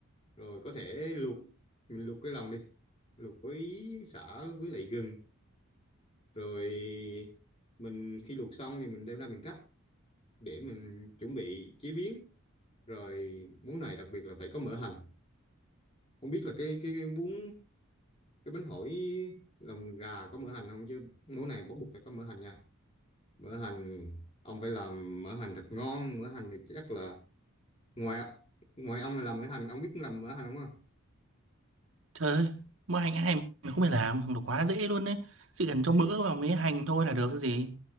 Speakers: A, on the left; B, on the right.
A: rồi có thể luộc mình luộc cái lòng đi luộc với sả với lại gừng rồi mình khi luộc xong thì mình đem ra mình cắt để mình chuẩn bị chế biến rồi món này đặc biệt là phải có mỡ hành không biết là cái cái, cái bún cái bánh hỏi lòng gà có mỡ hành không chứ món này bắt buộc phải có mỡ hành nha mỡ hành ông phải làm mỡ hành thật ngon mỡ hành thì chắc là ngoài ngoài ông là làm mỡ hành ông biết làm mỡ hành không ạ?
B: trời ơi mua hành ai mà không phải làm nó quá dễ luôn đấy chỉ cần cho mỡ vào mấy hành thôi là được cái gì